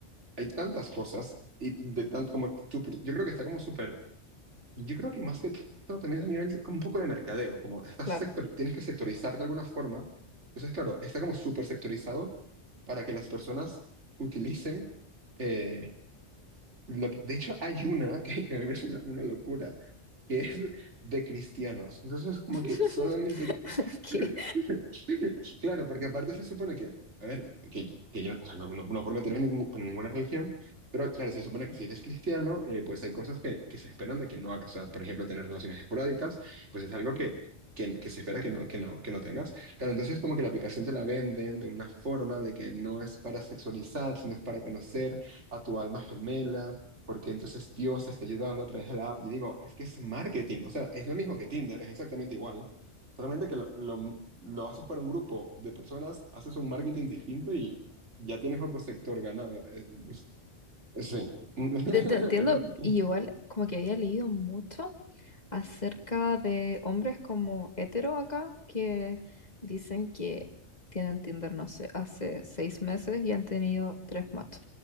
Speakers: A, on the right; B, on the left.
A: hay tantas cosas y de tanto como tú, yo creo que está como súper, yo creo que más que todo también es a nivel de- como un poco de mercadeo, como estás
B: claro.
A: sector, tienes que sectorizar de alguna forma. Entonces, claro, está como súper sectorizado para que las personas utilicen. eh, Lo que- de hecho, hay una que <laughs> que es una, una locura, que es de cristianos. Entonces, como
B: <laughs>
A: que solamente...
B: ¿Qué?
A: <laughs> Claro, porque aparte se supone que, a ver, que, que yo o sea, no, no, no por meterme en, ningún- en ninguna religión, pero claro, se supone que si eres cristiano, eh, pues hay cosas que, que se esperan de que no hagas. O sea, por ejemplo, tener relaciones esporádicas, pues es algo que, que, que se espera que no, que no, que no tengas. Claro, entonces como que la aplicación te la venden de una forma de que no es para sexualizar, sino es para conocer a tu alma gemela porque entonces Dios está ayudando a través de la app. Y digo, es que es marketing, o sea, es lo mismo que Tinder, es exactamente igual, solamente que lo, lo, lo haces para un grupo de personas, haces un marketing distinto y ya tienes otro sector ganado. Es- es- sí. <laughs>
B: Te, te entiendo, y igual como que había leído mucho acerca de hombres como hetero acá que dicen que tienen Tinder, no sé, hace seis meses y han tenido tres matches.